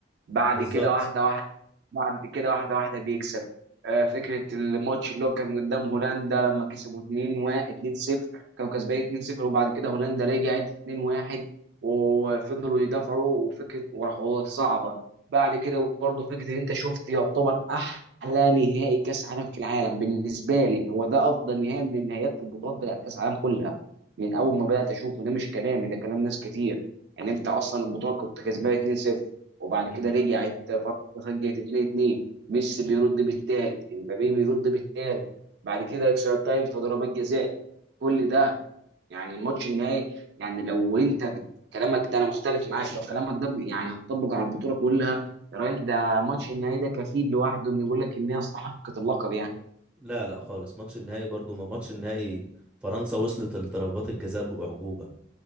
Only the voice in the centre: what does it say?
بالظبط
امم
لا لا خالص ماتش النهائي برضو ما ماتش النهائي فرنسا وصلت لضربات الجزاء بأعجوبة